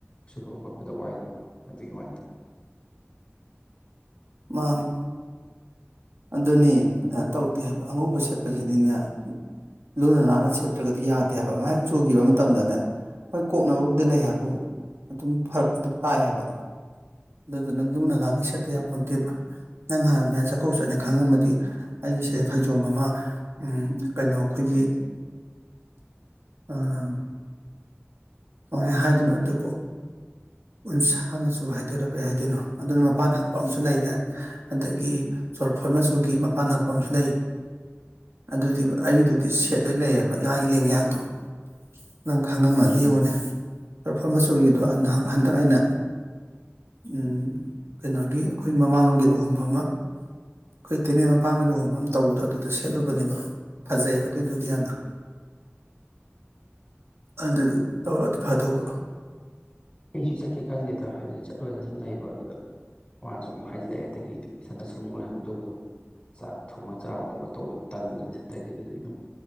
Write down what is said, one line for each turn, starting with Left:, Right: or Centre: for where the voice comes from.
Left: ꯁꯨꯕ ꯈꯣꯠꯄꯗ ꯋꯥꯏꯗꯅꯀꯣ ꯑꯗꯨꯒꯤ ꯋꯥꯅꯤꯗ
Right: ꯃꯥꯥꯟꯅꯤ ꯑꯗꯨꯅꯤ ꯀꯩꯅꯣ ꯇꯧꯗꯦ ꯍꯥꯏꯕ ꯑꯉꯧꯕ ꯁꯦꯠꯄꯖꯤꯗꯤꯅꯦ ꯂꯨꯅ ꯅꯥꯟꯅ ꯁꯦꯠꯇ꯭ꯔꯒꯗꯤ ꯌꯥꯗꯦ ꯍꯥꯏꯕ ꯑꯃꯥꯏꯛ ꯆꯨꯒꯤꯕ ꯃꯇꯝꯗꯅꯦ ꯍꯣꯏ ꯀꯣꯛꯅꯕꯕꯨꯗꯤ ꯂꯩ ꯍꯥꯏꯕꯨ ꯑꯗꯨꯝ ꯐꯔꯛ ꯑꯗꯨꯝ ꯇꯥꯏ ꯍꯥꯏꯕ ꯑꯗꯨꯗꯨꯅ ꯂꯨꯅ ꯅꯥꯟꯅ ꯁꯦꯠꯇ ꯌꯥꯄꯣꯟꯠꯇꯦꯕ ꯅꯪ ꯍꯥꯟꯅ ꯑꯗꯨꯃꯥꯏꯟ ꯆ ꯀꯧ ꯆꯠꯅꯦ ꯈꯪꯉꯝꯃꯗꯤ ꯑꯩꯒꯤꯁꯦ ꯐꯩꯖꯣꯝ ꯑꯃ ꯎꯝ ꯀꯩꯅꯣ ꯑꯈꯣꯏꯒꯤ ꯑꯥ ꯀꯃꯥꯏ ꯍꯥꯏꯗꯨꯅ ꯑꯗꯨꯕꯨ ꯎꯟꯁꯥ ꯃꯆꯨ ꯍꯥꯏꯗꯣꯏꯔꯥ ꯀꯩ ꯍꯥꯏꯗꯣꯏꯅꯣ ꯑꯗꯨꯅ ꯃꯄꯥꯟ ꯍꯛꯄ ꯑꯝꯁꯨ ꯂꯩꯔꯦ ꯑꯗꯒꯤ ꯆꯣꯔꯐꯣꯟ ꯃꯆꯨꯒꯤ ꯃꯄꯥꯟ ꯍꯛꯄ ꯑꯝꯁꯨ ꯂꯩ ꯑꯗꯨꯗꯤꯕ ꯑꯩꯒꯤꯗꯨꯗꯤ ꯁꯦꯠ ꯂꯣꯏ ꯂꯩꯌꯦꯕ ꯂꯥꯏ ꯂꯦꯡꯌꯥꯟꯗꯣ ꯅꯪ ꯈꯪꯉꯝꯃꯗꯤ ꯌꯦꯡꯉꯣꯅꯦ ꯑꯔꯐꯣꯟ ꯃꯆꯨꯒꯤꯗꯣ ꯑꯟꯗꯛ ꯍꯟꯗꯛ ꯑꯩꯅ ꯎꯝ ꯀꯩꯅꯣꯒꯤ ꯑꯈꯣꯏ ꯃꯃꯥꯡꯂꯣꯝꯒꯤ ꯂꯨꯍꯣꯡꯕ ꯑꯃ ꯑꯈꯣꯏ ꯇꯦꯅꯦꯜ ꯃꯄꯥꯝꯒꯤ ꯂꯨꯍꯣꯡꯕꯝ ꯇꯧꯕꯗ ꯑꯗꯨꯗ ꯁꯦꯠꯂꯨꯕꯅꯦꯕ ꯐꯖꯩꯌꯦꯕ ꯑꯗꯨꯗꯨꯗꯤ ꯌꯥꯝꯅ ꯑꯗꯨꯗꯨ ꯇꯧꯔꯛꯑꯗꯤ ꯐꯗꯧꯕ
Left: ꯑꯩꯁꯨ ꯆꯠꯀꯦ ꯈꯟꯗꯦꯗ ꯍꯥꯏꯕꯗꯤ ꯆꯠꯂꯣꯏꯗ ꯁꯨꯝ ꯂꯩꯕ ꯑꯗꯨꯗ ꯃꯥꯅꯁꯨ ꯑꯃꯨꯛ ꯍꯥꯏꯖꯤꯜꯂꯛꯑꯦ ꯑꯗꯒꯤ ꯏꯊꯟꯗꯁꯨ ꯑꯃꯨꯛ ꯂꯩꯍꯧꯗꯧꯕꯗꯣ ꯆꯥꯛ ꯊꯣꯡꯉ ꯆꯥꯕ ꯈꯣꯠꯄ ꯇꯧꯕ ꯇꯜꯂꯕꯁꯗꯒꯤ ꯑꯗꯨꯗꯤ ꯑꯗꯨꯝ